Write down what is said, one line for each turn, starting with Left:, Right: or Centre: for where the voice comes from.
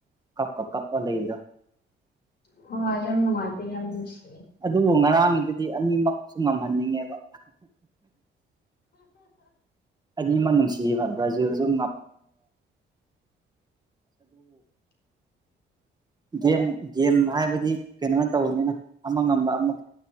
Right: ꯀꯄ ꯀꯞ ꯀꯞꯄ ꯂꯩꯗ
Left: ꯍꯣꯌ ꯌꯥꯝꯅꯅꯨꯉꯥꯏꯇꯦ ꯃꯥ ꯌꯥꯝ ꯅꯨꯡꯁꯤ
Right: ꯑꯗꯨꯕꯨ ꯉꯔꯥꯡꯒꯤꯗꯨꯗꯤ ꯑꯅꯤꯃꯛꯁꯨ ꯉꯝꯍꯟꯅꯤꯡꯉꯦꯕ ꯑꯅꯤꯃꯛ ꯅꯨꯡꯁꯤ ꯃꯕ꯭ꯔꯥꯖꯦꯜ <inaudible> ꯒꯦꯝ ꯒꯦꯝ ꯍꯥꯏꯕꯗꯤ ꯀꯩꯅꯣꯃ ꯇꯧꯕꯅꯤꯅ ꯑꯃ ꯉꯝꯕ ꯑꯃ